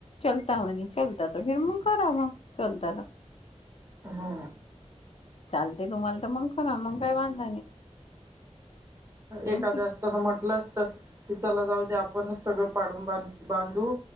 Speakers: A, on the left; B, on the right.
A: चलता म चलता त फिर म क आ चलता.
B: हा
A: चालते तुम्हाला तर मग ख ना मग काय बांधा नाही मग
B: एखादं असत तर म्हटलं अस हे चला जाऊ दे आपणच सगळं पाडून बांध बांधू